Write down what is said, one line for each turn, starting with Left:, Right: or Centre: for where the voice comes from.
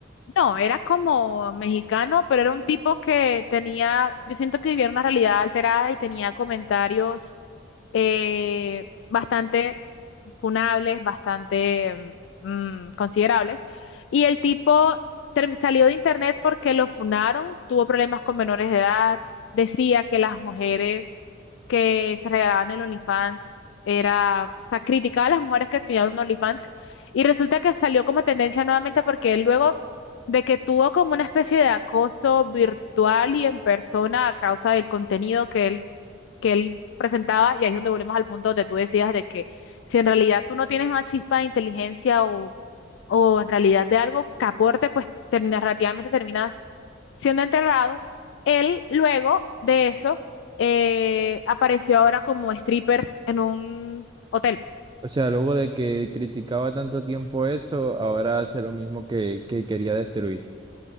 Left: No, era como mexicano, pero era un tipo que tenía, yo siento que vivía una realidad alterada y tenía comentarios eh, bastante funables, bastante mm, considerables. Y el tipo term- salió de internet porque lo funaron, tuvo problemas con menores de edad, decía que las mujeres que se regalaban el OnlyFans era, o sea, criticaba a las mujeres que tenían un OnlyFans y resulta que salió como tendencia nuevamente porque él luego de que tuvo como una especie de acoso virtual y en persona a causa del contenido que él, que él presentaba, y ahí es donde volvemos al punto donde tú decías de que si en realidad tú no tienes una chispa de inteligencia o, o en realidad de algo que aporte, pues terminas, relativamente terminas siendo enterrado. Él luego de eso eh, apareció ahora como stripper en un hotel.
Right: O sea, luego de que criticaba tanto tiempo eso, ahora hace lo mismo que, que quería destruir.